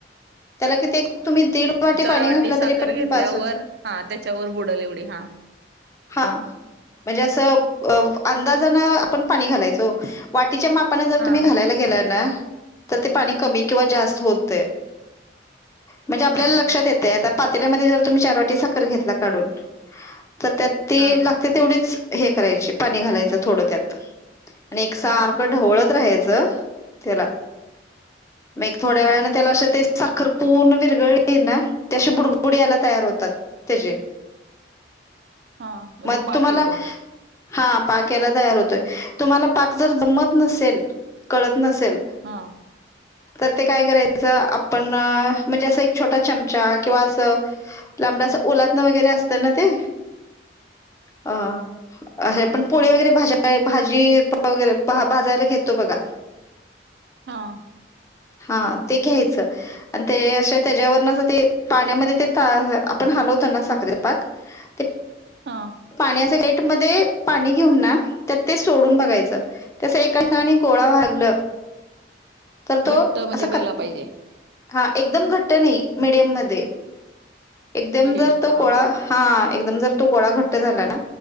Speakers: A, on the left; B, on the right.
A: त्याला किती तुम्ही दीड वाटी
B: चार
A: पाणी घातलं
B: साखर
A: तरी पण
B: घेतल्यावर
A: बास होत.
B: हा त्याच्यावर बुडल एवढी हा
A: हा म्हणजे अस अंदाजान आपण पाणी घालायच ओ. वा टी च्या मापाने जर
B: हा
A: तुम्ही घालायला गेला ना तर ते पाणी कमी किंवा जास्त होत म्हणजे आपल्याला
B: हा
A: लक्षात येतय आता पातल्यामध्ये जर तुम्ही चार वाटी साखर घेतला काढून, तर त्या ती
B: हा
A: लागते तेवढीच हे करायचे पाणी घालायच थोडं त्यात आणि एक सारखं
B: हा
A: ढवळत राहायचं. च त्याला मग एक थोड्या
B: हा
A: वेळाने असं त साखरपूर्ण विरगळी ना त्याशी बुडबुडी यायला तयार होतात त्याचे
B: हा म्हणजे
A: मग
B: पाक
A: तुम्हाला
B: येतो
A: हा पाक यायला तयार होतोय. तुम्हाला पाक जर जमत नसेल कळ त नसेल
B: हा
A: तर ते काय करायचं आपण म्हणजे असं एक छोटा चमचा किंवा असं ओलातनं वगैरे असतं ना ते हा. अे पण पोळी वगैरे भाज, भाजी वगैरे भाजायला घेतो बघा.
B: हा.
A: हा ते घ्यायचं आणि त्याच्यावरून ते पाण्यामध्ये आपण हलवतो ना साखरेचा पाक ते
B: हा
A: पाणी असं <inaudible> मध्ये पाणी घेऊन ना त्यात ते सोडून बघायचं त्यास एका ठिकाणी गोळा व्हायला लागलं तर तो
B: घट्ट म्हणजे
A: असं
B: व्हायला
A: कच्
B: पाहिजे
A: हा एकदम घट्ट नाही मिडियम मध्ये एकदम
B: मिडियम
A: जर तो
B: हा
A: गोळा हा एकदम जर तो गोळा घट्ट झाला ना